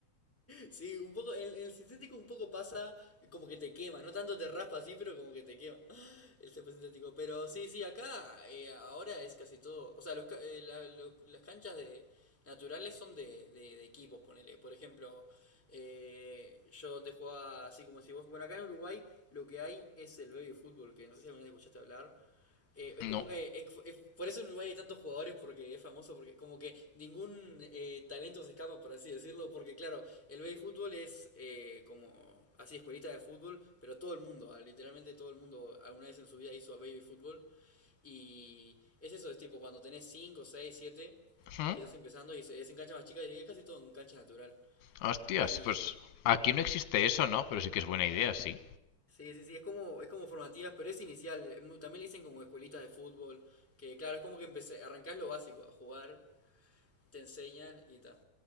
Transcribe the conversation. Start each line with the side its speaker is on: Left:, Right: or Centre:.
Centre: sí, un poco, en, en el sintético un poco pasa como que te quema, no tanto te raspa así, pero como que te quema. el césped sintético. Pero sí, sí, acá eh, ahora es casi todo. O sea, los, ca- eh, la- lo- las canchas de naturales son de, de, de equipos, ponele. Por ejemplo, eh, yo donde jugaba así como si vos. Bueno, acá en Uruguay lo que hay es el baby fútbol, que no sé si alguna vez escuchaste hablar. Eh, es
Left: No.
Centre: como que es, es- por eso en Uruguay hay tantos jugadores porque es famoso porque como que ningún eh, talento se escapa por así decirlo porque claro el baby fútbol es eh, como así escuelita de fútbol pero todo el mundo ah, literalmente todo el mundo alguna vez en su vida hizo baby fútbol y es eso es tipo cuando tenés cinco seis siete
Left: ¿Mm?
Centre: que estás empezando y se- es en cancha más chica y es casi todo en cancha natural
Left: Hostias,
Centre: y
Left: pues aquí no existe eso, ¿no? Pero sí que es buena idea, sí.
Centre: Sí, sí, sí, es como, es como formativas, pero es inicial. es mu- También le dicen como escuelitas de fútbol, que claro, es como que empecé, arrancás lo básico, a jugar, te enseñan y tal.